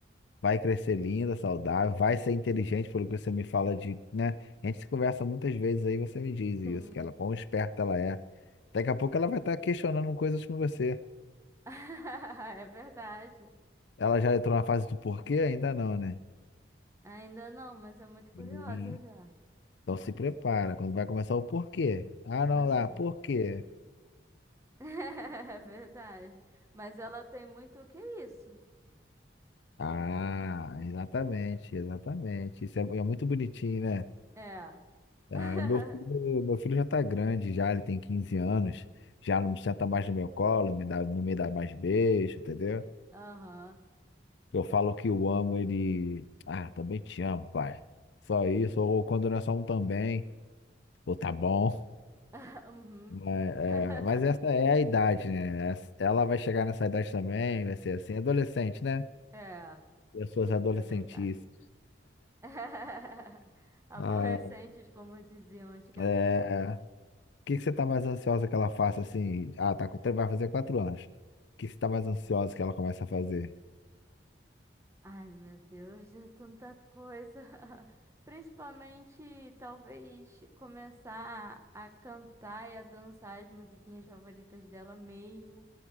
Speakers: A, on the left; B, on the right.
A: vai crescer linda, saudável, vai ser inteligente, pelo que você me fala de, né? A gente se conversa muitas vezes aí, você me diz isso,
B: Sim.
A: que ela, quão esperta ela é. Daqui a pouco ela vai estar questionando coisas com você.
B: <laughs> É verdade.
A: Ela já entrou na fase do porquê? Ainda não, né?
B: Ainda não, mas é muito curiosa
A: Hum.
B: já.
A: Então se prepara, quando vai começar o porquê. Ah, não,
B: Tá vendo?
A: lá, por quê?
B: <laughs> É verdade. Mas ela tem muito o que é isso?
A: Ah, exatamente, exatamente. Isso é, é muito bonitinho, né?
B: É.
A: Ah,
B: <laughs>
A: meu filho, meu filho já tá grande, já ele tem 15 anos, já não senta mais no meu colo, me dá, não me dá mais beijo, entendeu?
B: Aham.
A: Eu falo que eu amo ele, ah, também te amo, pai. Só isso, ou quando não é só um também, ou tá bom.
B: <laughs> Uhum.
A: Mas,
B: <laughs>
A: é, mas essa é a idade, né? Essa- Ela vai chegar nessa idade também, vai ser assim, adolescente, né?
B: É,
A: Pessoas adolescentes.
B: é verdade. <laughs> Aborrecentes,
A: Ah,
B: como diziam antigamente.
A: é. que que você tá mais ansiosa que ela faça assim? Ah, tá, com- vai fazer quatro anos. O que que você tá mais ansiosa que ela comece a fazer?
B: Ai, meu Deus, é tanta coisa. <laughs> Principalmente, talvez, começar a cantar e a dançar as musiquinhas favoritas dela mesmo.